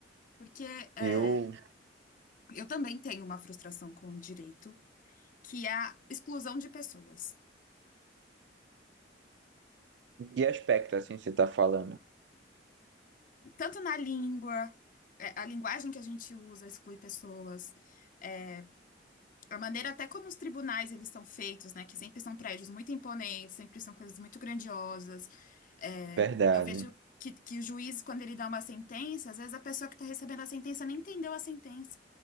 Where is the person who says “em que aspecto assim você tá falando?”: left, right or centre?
Right